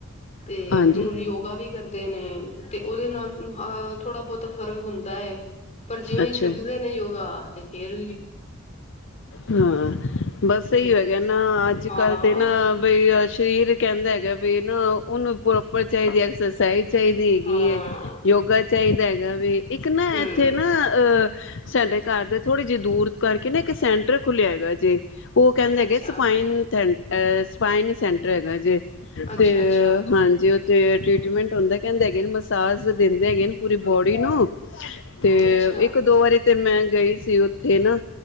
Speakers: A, on the left (about 35°); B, on the left (about 60°).
A: ਤੇ
B: ਹਾਂਜੀ
A: ਹੁਣ ਯੋਗਾ ਵੀ ਕਰਦੇ ਨੇ, ਤੇ ਔਦੇ ਨਾਲ ਅ ਥੋੜਾ ਬਹੁਤਾ ਫ਼ਰਕ ਹੁੰਦਾ ਪਰ ਜਿਵੇਂ
B: ਅੱਛਾ
A: ਹੀ ਛੱਡਦੇ
B: ਜੀ।
A: ਨੇ ਯੋਗਾ, ਤੇ ਫੇਰ ਵੀ,
B: ਹਾਂ ਬਸ
A: ਤੇ
B: ਇਹੀ ਹੈ, ਨਾ ਅੱਜ
A: ਹਾਂ
B: ਕੱਲ੍ਹ ਤੇ ਨਾ ਬਈ। ਸਰੀਰ ਕਹਿੰਦਾ ਹੈਗਾ ਵੀ ਨਾ ਉਹਨੂੰ ਪ੍ਰੋਪਰ ਚਾਹੀਦੀ ਐਕਸਰਸਾਈਜ਼ ਚਾਹੀਦੀ ਹੈਗੀ
A: ਹਾਂ
B: ਹੈ, ਯੋਗਾ ਚਾਹੀਦਾ ਹੈਗਾ, ਵੀ ਇੱਕ ਨਾ
A: ਹਮ
B: ਇੱਥੇ ਨਾ ਅਹ ਸਾਡੇ ਘਰ ਦੇ ਥੋੜ੍ਹੀ ਜਿਹੀ ਦੂਰ ਕਰਕੇ ਨਾ ਇੱਕ ਸੈਂਟਰ ਖੁੱਲਿਆ ਹੈਗਾ ਜੇ। ਉਹ ਕਹਿੰਦੇ
A: ਅੱਛਾ
B: ਹੈਗੇ ਸਫਾਈਨ ਥ ਸਪਾਈਨ ਸੈਂਟਰ ਹੈਗਾ ਜੇ,
A: ਅੱਛਾ
B: ਤੇ
A: ਅੱਛਾ
B: ਹਾਂਜੀ, ਤੇ ਟਰੀਟਮੈਂਟ ਹੁੰਦਾ ਕਹਿੰਦੇ ਹੈਗੇ ਮਸਾਜ ਦਿੰਦੇ ਹੈਗੇ ਪੂਰੀ ਬੋਡੀ ਨੂੰ ਤੇ
A: ਅੱਛਾ
B: ਇੱਕ ਦੋ ਵਾਰੀ ਤੇ ਮੈਂ ਗਈ ਸੀ ਉੱਥੇ ਨਾ,